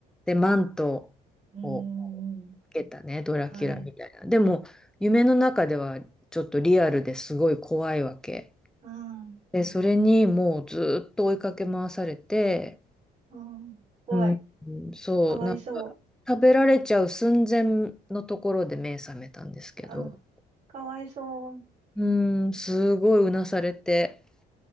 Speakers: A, in the centre; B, on the right.
A: で、マントを
B: うんうんうん。
A: けたね、ドラキュラみたいな。
B: はい。
A: でも、夢の中ではちょっとリアルですごい怖いわけ。
B: あ
A: で、それにもうずーっと追いかけ回されて、
B: あ、ああ、怖い。
A: うん、うんそう、
B: かわいそう。
A: なんか食べられちゃう寸前のところで目覚めたんですけど、
B: ああ、かわいそう。
A: うん、すごいうなされて、